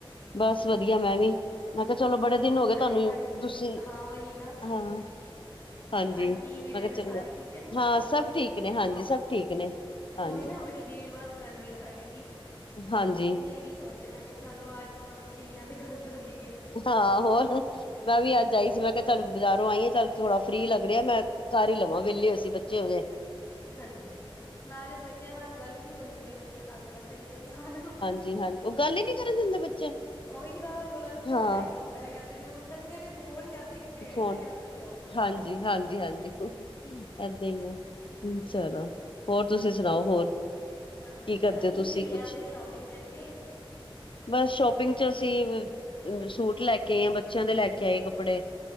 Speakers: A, on the left; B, on the left.
A: ਬਸ ਵਧੀਆ ਮੈਂ ਵੀ। ਮੈਂ ਕਿਹਾ ਚਲੋ ਬੜੇ ਦਿਨ
B: ਹੋਰ
A: ਹੋ ਗਏ
B: ਘਰੇ
A: ਤੁਹਾਂਨੂੰ
B: ਆਂਟੀ
A: ਤੁਸੀਂ
B: ਹਾਂ ਉਹੀ ਨਾ
A: ਹਾਂ। ਹਾਂਜੀ
B: ਆਂਟੀ ਵਗੈਰਾ
A: ਮੈਂ ਕਿਹਾ ਚਲੀ
B: ਸਾਰੇ
A: ਜਾ
B: ਠੀਕ ਹੈ ਨੇ?
A: ਹਾਂ ਸਭ ਠੀਕ ਨੇ ਹਾਂਜੀ ਸਭ ਠੀਕ ਨੇ। ਹਾਂਜੀ
B: ਉਹੀ ਨਾ ਬੜੀ ਦੇਰ ਬਾਅਦ ਗੱਲ ਹੋਈ ਸਾਡੀ ਵੀ
A: ਹਾਂਜੀ
B: ਮੈਂ ਵੀ ਸੋਚਿਆ ਮੈਂ ਕਿਹਾ ਚਲੋ ਅੱਜ ਥੋੜਾ ਫ੍ਰਰੀ ਆ ਤੇ ਗੱਲ ਕਰ ਲਈਏ।
A: ਹਾਂ ਹੋਰ ਮੈਂ ਵੀ ਅੱਜ ਆਈ ਸੀ ਮੈਂ ਕਿਹਾ ਚੱਲ ਬਾਜ਼ਾਰੋਂ ਆਈ ਆ ਚੱਲ ਥੋੜਾ ਫਰੀ ਲੱਗ ਰਿਹਾ ਮੈਂ ਕਰ ਹੀ ਲਵਾਂ ਵਿਹਲੇ ਹੋਏ ਸੀਂ ਬੱਚੇ ਹੋਗੇ।
B: ਹਾਂਜੀ ਨਾਲੇ ਬੱਚਿਆਂ ਨਾਲ ਗੱਲ ਹੀ ਨੀ ਹੋਂਦੀ ਹੈ ਬੱਚੇ ਤੰਗ ਕਰਦੇ ਨ ਸਾਰਿਆ ਨੂੰ
A: ਜੀ ਹਾਂਜ ਉਹ ਗੱਲ ਹੀ ਨੀ ਕਰਨ ਦਿੰਦੇ ਬੱਚੇ
B: ਉਹੀ ਨਾ ਉਹਨਾਂ ਨੂੰ ਫੋਨ
A: ਹਾਂ
B: ਚਾਹੀਦਾ ਹੁੰਦਾ ਹੈਗਾ ਤੇ ਉੱਠਣਗੇ ਤੇ ਫੋਨ ਜਾਂ ਤੇ ਖੇਡ
A: ਫੋਨ
B: ਜਾਂ ਤੇ ਫੋਨ
A: ਹਾਂਜੀ ਹਾਂਜੀ ਹਾਂਜੀ ਏਦਾਂ ਈ ਹੈ। ਚਲੋ ਹੋਰ ਤੁਸੀਂ ਸੁਣਾਓ ਹੋਰ।
B: ਸਭ ਵਧੀਆ
A: ਕਰਦੇ ਹੋ
B: ਕੀ
A: ਤੁਸੀਂ
B: ਕੀ ਲਿਆ
A: ਕੁਛ?
B: ਫੇਰ ਸ਼ੋਪਿੰਗ ਕਰਕੇ।
A: ਬਸ ਸ਼ੋਪਿੰਗ ਚ ਅਸੀਂ ਸੂਟ ਲੈ ਕੇ ਆਈ ਆ ਬੱਚਿਆਂ ਦੇ ਲੈ ਕੇ ਆਈ ਕੱਪੜੇ